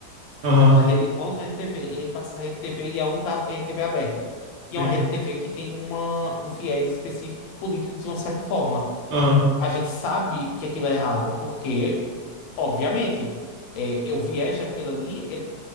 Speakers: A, on the right; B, on the left.
A: Aham,
B: Uma rede, uma única rede TV. E aí passa essa rede TV e é a única rede TV aberta. E
A: sim.
B: é uma rede TV que tem uma, um viés específico político de uma certa forma.
A: Aham.
B: A gente sabe que aquilo é errado, porque, obviamente, é, é o viés daquilo ali é